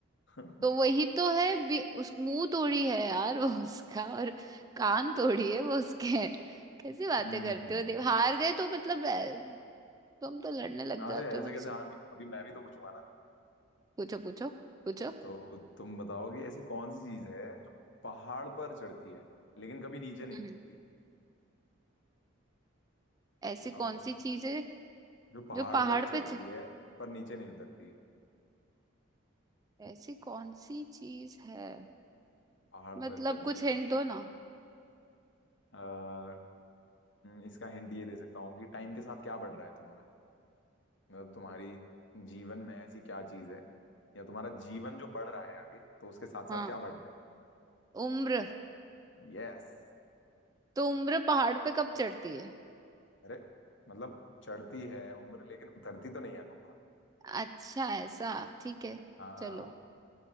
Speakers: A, on the left (about 60°); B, on the right (about 20°).
A: <laughs>
B: तो वही तो है बी, उस मुंह थोड़ी है यार <laughs> वो उसका और कान थोड़ी है वो उसके हैं। कैसी बातें
A: हम्म
B: करते हो देव हार गए तो मतलब अ, तुम तो लड़ने लग
A: अरे
B: जाते
A: ऐसे
B: हो मुझसे
A: कैसे हार गया अभी मैं भी तो पूछूंगा ना
B: पूछो पूछो पूछो
A: तो तुम बताओ कि ऐसी कौन सी चीज है जो पहाड़ पर चढ़ती है लेकिन कभी नीचे नहीं
B: हम्म।
A: उतरती
B: ऐसी
A: बताओ
B: कौन
A: बताओ
B: सी चीज है
A: जो पहाड़
B: जो पहाड़
A: पर चढ़ती
B: पे च...
A: है पर नीचे नहीं उतरती
B: ऐसी कौन सी चीज है
A: पहाड़
B: मतलब
A: पर चढ़ती
B: कुछ
A: है
B: हिंट दो ना
A: आ, इसका हिंट ये दे सकता हूँ कि टाइम के साथ क्या बढ़ रहा है तुम्हारा मतलब तुम्हारी जीवन में ऐसी क्या चीज है या तुम्हारा जीवन जो बढ़ रहा है आगे तो उसके साथ
B: हाँ
A: साथ क्या बढ़ रहा
B: उम्र
A: है यस
B: तो उम्र पहाड़ पे कब चढ़ती है
A: अरे मतलब चढ़ती है उम्र लेकिन उतरती तो नहीं है ना
B: अच्छा ऐसा ठीक है
A: हाँ
B: चलो